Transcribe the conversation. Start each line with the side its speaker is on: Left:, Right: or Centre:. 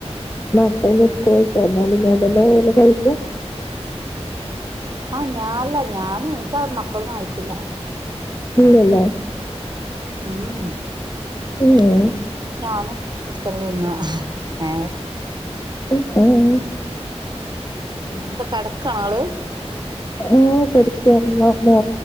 Left: മക്കളെ സ്കൂള്ട് ന്നാലും ഞാൻതന്നെ ഒല് കഴിക്കാ
Right: ആഹ് ഞാനല്ല ഞാന് എനിക്ക മക്കളൊന്നും ആായിട്ടില്ല.
Left: ഇലല്ലേ?
Right: ഉം
Left: ഉം.
Right: അപ്പ ഞാന്. എടുത്തിട്ത്തിന്ന ഏ
Left: ആഹ <unintelligible>
Right: ഉം ന്ത കടക്കാണോ ങ്ങള്
Left: ആ കെടക്കായിരുന്നു മോ